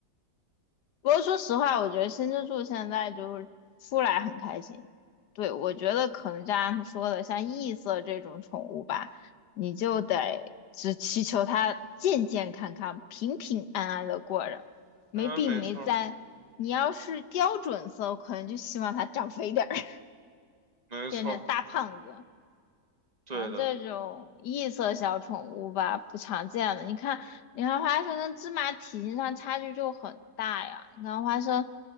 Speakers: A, on the left; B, on the right.
A: 不过说实话，我觉得新之助现在就是出来很开心。对，我觉得可能就像他们说的，像异色这种宠物吧，你就得只祈求它健健康康、平平安安的过着，没病没灾。
B: 嗯，没错儿
A: 你要是标准色，我可能就希望它长肥点儿，<laughs>
B: 没错儿
A: 变成大胖子。
B: 对的。
A: 嗯，这种异色小宠物吧，不常见的。你看，你看花生跟芝麻体型上差距就很大呀。你看花生，